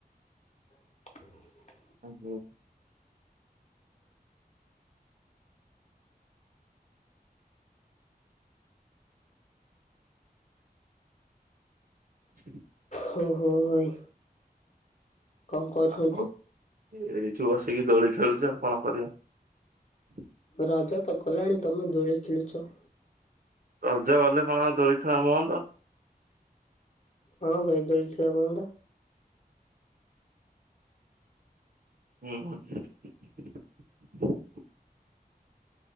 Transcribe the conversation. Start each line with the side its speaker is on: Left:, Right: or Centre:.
Left: <inaudible>
Right: ଉଁ ହୁଁ <inaudible>
Left: ହଁ ହଁ ଭାଇ କଣ କରୁଛନ୍ତି?
Right: ଆଉ କଣ ଏଇ ଏଠି ବସିକି ଦୋଳି ଖେଳୁଛି ଆଉ କଣ କରିବି
Left: ରଜ ତ ଗଲାଣି ତମେ ଦୋଳି ଖେଳୁଛ ତ
Right: ରଜ ଗଲେ କଣ ଆଉ ଦୋଳି ଖେଳ ବନ୍ଦ
Left: ହଁ ଭାଇ ଦୋଳି ଖେଳ ବନ୍ଦ
Right: ହୁଁ <inaudible>